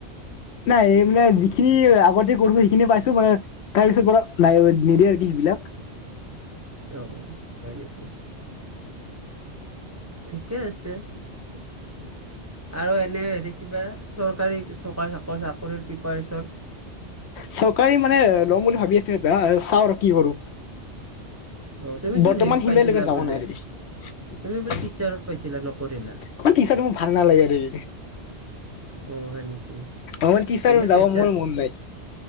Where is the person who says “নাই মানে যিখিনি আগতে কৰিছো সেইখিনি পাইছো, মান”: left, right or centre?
Left